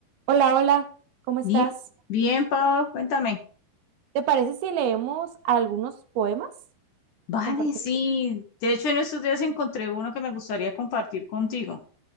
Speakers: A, on the right; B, on the left.
A: Hola, hola, ¿cómo
B: Bien,
A: estás?
B: bien, Pablo, cuéntame.
A: ¿Te parece si leemos algunos poemas?
B: Vale,
A: Compartimos.
B: sí. De hecho, en estos días encontré uno que me gustaría compartir contigo.